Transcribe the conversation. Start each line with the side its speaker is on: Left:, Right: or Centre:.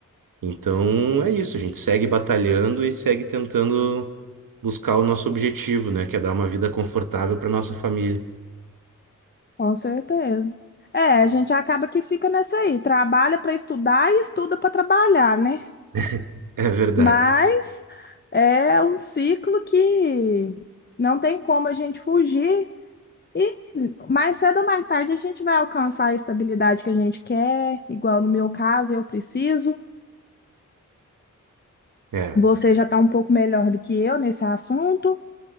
Right: Então é isso, a gente segue batalhando e segue tentando buscar o nosso objetivo, né? Que é dar uma vida confortável para nossa família.
Left: Com certeza. É, a gente acaba que fica nessa aí, trabalha para estudar e estuda para trabalhar, né?
Right: <laughs> É verdade.
Left: Mas é um ciclo que não tem como a gente fugir e mais cedo ou mais tarde a gente vai alcançar a estabilidade que a gente quer, igual no meu caso, eu preciso.
Right: É.
Left: Você já está um pouco melhor do que eu nesse assunto,